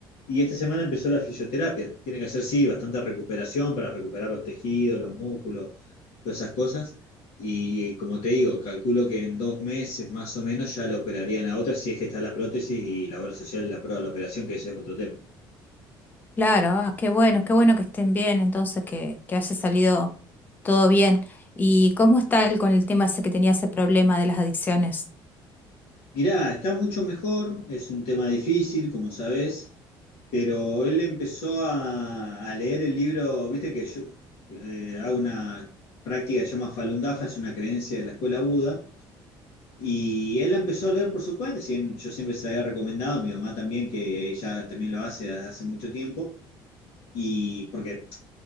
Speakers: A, on the left; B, on the left.
A: Y esta semana empezó la fisioterapia. Tiene que hacer, sí, bastante recuperación para recuperar los tejidos, los músculos, todas esas cosas. Y como te digo, calculo que en dos meses más o menos ya la operarían la otra, si es que está la prótesis y la obra social la prueba de la operación, que ese es otro tema.
B: Claro, ah, qué bueno, qué bueno que estén bien, entonces que, que haya salido todo bien. ¿Y cómo está él con el tema ese que tenía ese problema de las adicciones?
A: Mirá, está mucho mejor, es un tema difícil, como sabés, pero él empezó a, a leer el libro, viste que yo eh, hago una práctica que se llama Falun Dafa, es una creencia de la escuela Buda, y él la empezó a leer por su cuenta, si bien yo siempre se la había recomendado, mi mamá también, que ella también lo hace desde hace mucho tiempo, y porque